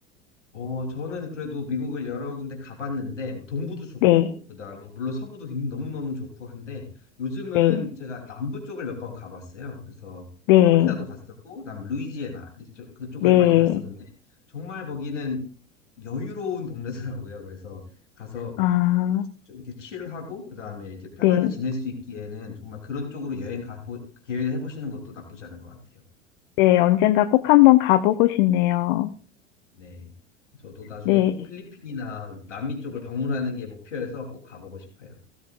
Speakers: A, on the left (about 75°); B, on the left (about 50°).
A: 어, 저는 그래도 미국을 여러 군데 가봤는데, 뭐 동부도 좋고,
B: 네,
A: 그 다음에 물론 서부도 굉장히 너무너무 좋고 한데, 요즘은
B: 네,
A: 제가 남부 쪽을 몇 번 가봤어요. 그래서
B: 네.
A: 플로리다도 갔었고, 그다음 루이지애나 이쪽- 그쪽을
B: 네.
A: 많이 갔었는데, 정말 거기는 여유로운 동네더라고요. 그래서 가서
B: 아,
A: 좀 이렇게 칠하고 그다음에 이제 편하게
B: 네.
A: 지낼 수 있기에는 정말 그런 쪽으로 여행 가 계획을 해보시는 것도 나쁘지 않은 것 같아요.
B: 네, 언젠가 꼭 한번 가보고 싶네요.
A: 네. 저도 나중에
B: 네.
A: 꼭 필리핀이나 남미 쪽을 방문하는 게 목표여서 꼭 가보고 싶어요.